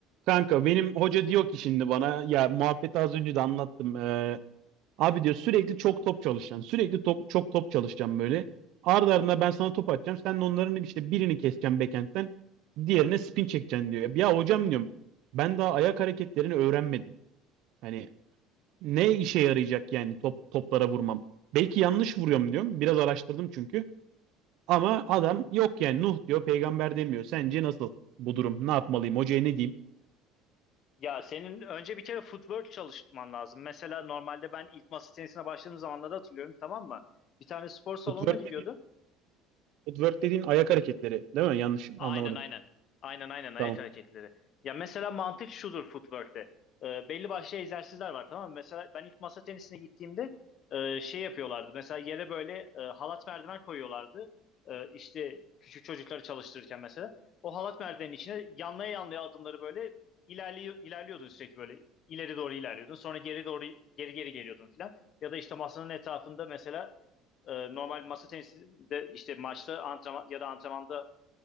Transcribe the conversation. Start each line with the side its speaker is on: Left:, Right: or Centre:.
Right: Kanka benim hoca diyor ki şimdi bana ya muhabbeti az önce de anlattım. Ee, abi diyor sürekli çok top çalışacaksın. Sürekli top, çok top çalışacaksın böyle. Ardı ardına ben sana top atacağım. Sen de onların işte birini keseceksin backhand'den. Diğerine spin çekeceksin diyor. Ya hocam diyorum ben daha ayak hareketlerini öğrenmedim. Hani ne işe yarayacak yani top toplara vurmam. Belki yanlış vuruyorum diyorum. Biraz araştırdım çünkü. Ama adam yok yani Nuh diyor peygamber demiyor. Sence nasıl bu durum? Ne yapmalıyım? Hocaya ne diyeyim?
Left: Ya senin önce bir kere footwork çalışman lazım. Mesela normalde ben ilk masa tenisine başladığım zamanları hatırlıyorum tamam mı? Bir tane spor salonuna
Right: Footwork
Left: gidiyordum.
Right: Footwork dediğin ayak hareketleri değil mi? Yanlış
Left: Aynen
Right: anlamadım.
Left: aynen. Aynen aynen ayak
Right: Tamam.
Left: hareketleri. Ya mesela mantık şudur footwork'te. Ee, belli başlı egzersizler var tamam mı? Mesela ben ilk masa tenisine gittiğimde e, şey yapıyorlardı. Mesela yere böyle e, halat merdiven koyuyorlardı. E, işte küçük çocukları çalıştırırken mesela. O halat merdivenin içine yanlaya yanlaya adımları böyle ilerliyor, ilerliyordun sürekli böyle. ileri doğru ilerliyordun. Sonra geri doğru geri geri geliyordun filan. Ya da işte masanın etrafında mesela e, normal masa tenisinde işte maçta antrenman ya da antrenmanda